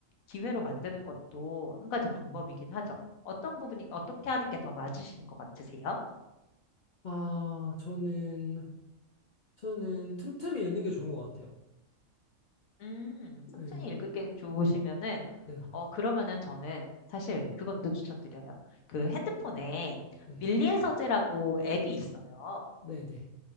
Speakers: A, on the left (about 85°); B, on the left (about 65°).
A: 기회로 만드는 것도 한 가지 방법이긴 하죠. 어떤 부분이, 어떻게 하는 게 더 맞으시는 것 같으세요?
B: 아, 저는 저는 틈틈이 읽는 게 좋은 것 같아요.
A: 음,
B: 네,
A: 천천이 읽기 좋으시면은,
B: 네,
A: 어, 그러면은 저는 사실 그것도 추천드려요. 그 핸드폰에
B: 네,
A: 밀리의 서재라고 앱이 있어요.
B: 네, 네,